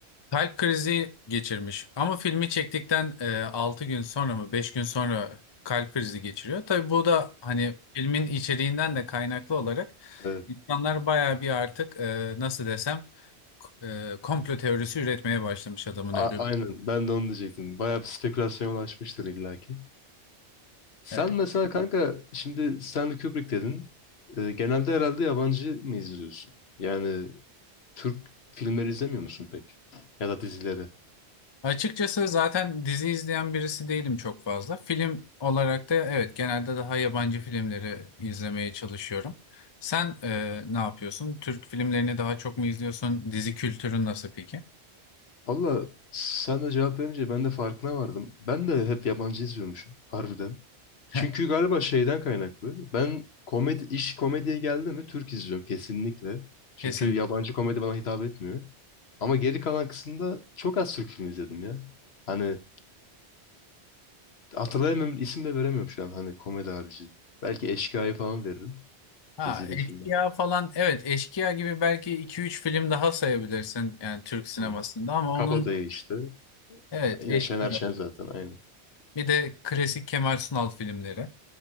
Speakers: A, on the left; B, on the left.
A: Kalp krizi geçirmiş ama filmi çektikten e, 6 gün sonra mı 5 gün sonra kalp krizi geçiriyor. Tabii bu da hani filmin içeriğinden de kaynaklı olarak
B: Evet.
A: insanlar bayağı bir artık e, nasıl desem e, komplo teorisi üretmeye başlamış adamın
B: A-
A: ölümü.
B: aynen ben de onu diyecektim. Bayağı bir spekülasyona ulaşmıştır illaki. Sen
A: E,
B: mesela kanka şimdi Stanley Kubrick dedin. Ee, genelde herhalde yabancı mı izliyorsun? Yani Türk filmleri izlemiyor musun pek? Ya da dizileri?
A: açıkçası zaten dizi izleyen birisi değilim çok fazla. Film olarak da evet genelde daha yabancı filmleri izlemeye çalışıyorum. Sen e, ne yapıyorsun? Türk filmlerini daha çok mu izliyorsun? Dizi kültürün nasıl peki?
B: Valla sen de cevap verince ben de farkına vardım. Ben de hep yabancı izliyormuşum harbiden. Çünkü
A: Heh,
B: galiba şeyden kaynaklı. Ben komedi, iş komediye geldi mi Türk izliyorum kesinlikle. Çünkü
A: kesinlikle.
B: yabancı komedi bana hitap etmiyor. Ama geri kalan kısımda çok az Türk filmi izledim ya. Hani Hatırlayamıyorum. isim de veremiyorum şu an hani komedi harici. Belki Eşkıya'yı falan veririm.
A: Ha,
B: İzlediğim
A: Eşkıya
B: filmlerden.
A: falan evet Eşkıya gibi belki iki üç film daha sayabilirsin yani Türk sinemasında
B: Hı hı.
A: ama
B: Kabadayı
A: onun
B: işte.
A: evet
B: Yine
A: Eşkıya
B: Şener Şen zaten aynen.
A: bir de klasik Kemal Sunal filmleri.